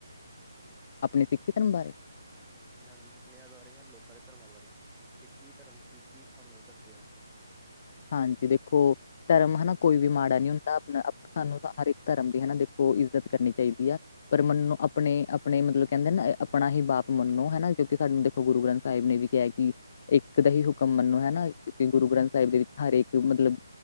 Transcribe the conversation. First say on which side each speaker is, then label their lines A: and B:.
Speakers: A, on the left; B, in the centre.
A: ਆਪਨੇ ਸਿੱਖੀ ਧਰਮ ਬਾਰੇ
B: ਹਾਂਜੀ ਸੁਪਨਿਆਂ ਬਾਰੇ ਜਾਂ ਲੋਕਾਂ ਦੇ ਧਰਮਾਂ ਬਾਰੇ, ਤੇ ਕੀ ਧਰਮ ਕੀ-ਕੀ ਹਿਸਾਬ ਨਾਲ ਦੱਸਦੇ ਆ ਓ।
A: ਹਾਂਜੀ ਦੇਖੋ ਧਰਮ ਹਨਾ ਕੋਈ ਵੀ ਮਾੜਾ ਨੀ ਹੁੰਦਾ ਆਪਨਾ ਸਾਨੂੰ ਤਾਂ ਹਰ ਇੱਕ ਧਰਮ ਦੀ ਹਨਾ ਦੇਖੋ ਇੱਜ਼ਤ ਕਰਨੀ ਚਾਈਦੀ ਐ। ਪਰ ਮੰਨੋ ਆਪਨੇ-ਆਪਨੇ ਮਤਲਬ ਕੈਂਦੇ ਨਾ ਆਪਨਾ ਈ ਬਾਪ ਮੰਨੋ ਹਨਾ ਕਿਓਂਕਿ ਸਾਨੂੰ ਗੁਰੂ ਗ੍ਰੰਥ ਸਾਹਿਬ ਨੇ ਵੀ ਕਿਆ ਕੇ ਇੱਕ ਦਾ ਈ ਹੁਕਮ ਮੰਨੋ ਹੈਨਾ, ਗੁਰੂ ਗ੍ਰੰਥ ਸਾਹਿਬ ਦੇ ਵਿੱਚ
B: ਹਮ
A: ਹਰੇਕ ਜੋ ਮਤਲਬ